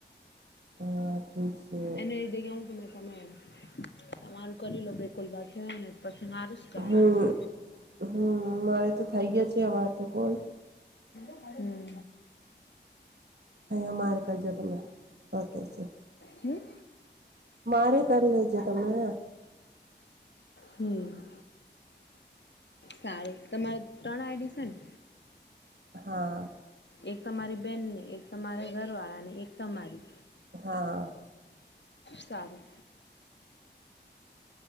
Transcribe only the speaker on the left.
એને <unintelligible> એતે કે હું કે મે તમે તમારું કરી લો બે કોલ બાકી હોય ને પછી મારું કરવાનું
હોય
હમ.
હમ
હમ સારું તમારે ત્રણ આઈ ડી સન?
એક તમારી બેન ને એક તમારા ઘરવાળા ને એક તમારી.
સારું